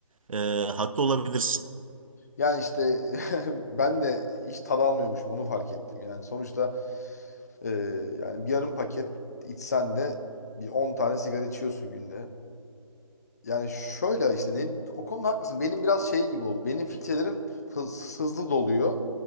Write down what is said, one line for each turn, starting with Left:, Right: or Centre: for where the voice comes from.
Right: e, haklı olabilirsin.
Left: Yani işte <laughs> ben de hiç tad almıyormuşum onu fark ettim. Yani sonuçta e, yani bir yarım paket içsen de bir 10 tane sigara içiyorsun günde. Yani şöyle işte benim- o konuda haklısın. Benim biraz şey gibi oldu. Benim filtrelerim hız- hızlı doluyor.